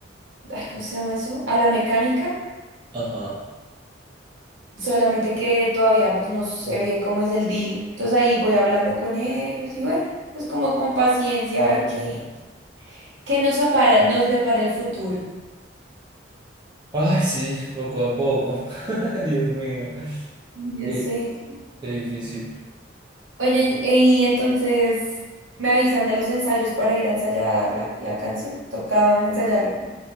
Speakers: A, on the right; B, on the right.
A: Ay, ¿cómo se llama eso? A la mecánica.
B: Ajá.
A: Solamente que todavía pues no sé bien cómo es el deal. Entonces ahí voy hablando con ellos y bueno, pues como con paciencia a ver qué, qué nos apara- nos depara el futuro.
B: Ay, sí, poco a poco. <laughs> Dios mío,
A: Y
B: qué,
A: Yo sé.
B: qué difícil.
A: Oye, y y entonces me avisan de los ensayos para ir a ensayar la, la canción. Toca ensayarla.